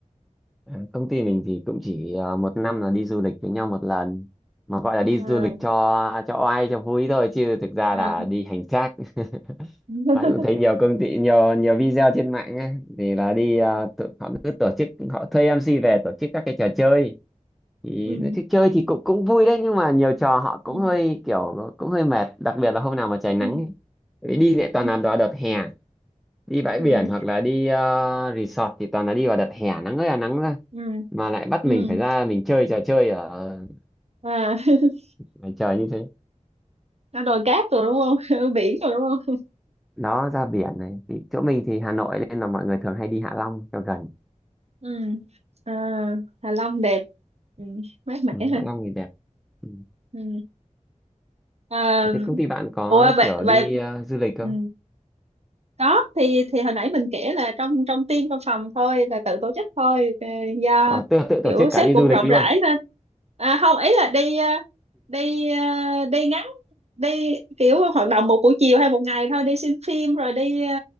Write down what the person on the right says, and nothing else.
à
à
<laughs>
ừ
ừ
ừ
ừ
ừ
ừ
ừ
à <laughs>
nó đồi cát rồi đúng không <laughs> Ở biển rồi đúng không
ừ à Hạ Long đẹp ừ mát mẻ
ha
ừ. À,
ủa vậy
vậy
ừ. có thì thì hồi nãy mình kể là trong trong team trong phòng thôi là tự tổ chức thôi ờ, do
kiểu
sếp
cũng
rộng
rãi nên à, không ý là đi ờ, đi ờ, đi ngắn đi kiểu hoạt động một buổi chiều hay một ngày thôi đi xem phim rồi đi ờ,